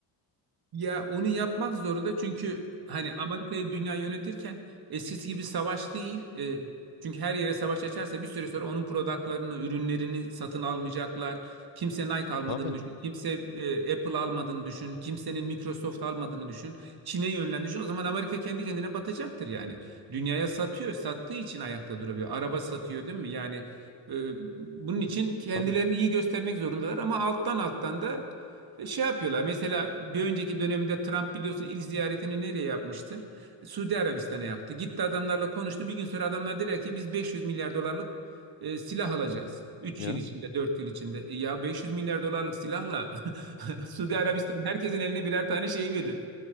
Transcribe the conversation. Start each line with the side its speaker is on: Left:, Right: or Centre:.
Right: Ya onu yapmak zorunda çünkü hani Amerika'yı dünya yönetirken eskisi gibi savaş değil. E, çünkü her yere savaş açarsa bir süre sonra onun productlarını, ürünlerini satın almayacaklar. Kimse Nike almadığını
Left: Tabii,
Right: düşün. Kimse e, Apple almadığını düşün. Kimsenin Microsoft almadığını düşün. Çin'e yönlen düşün. O zaman Amerika kendi kendine batacaktır yani. Dünyaya satıyor. Sattığı için ayakta durabiliyor. Araba satıyor değil mi? Yani e, bunun için kendilerini
Left: tabii.
Right: iyi göstermek zorundalar ama alttan alttan da e, Şey yapıyorlar mesela bir önceki döneminde Trump biliyorsun ilk ziyaretini nereye yapmıştı? Suudi Arabistan'a yaptı. Gitti adamlarla konuştu. Bir gün sonra adamlar dediler ki biz 500 milyar dolarlık e, silah alacağız. Üç
Left: Ya,
Right: yıl içinde 4 yıl içinde. E, Ya 500 milyar dolarlık silahla <laughs> Suudi Arabistan herkesin eline birer tane şey verir.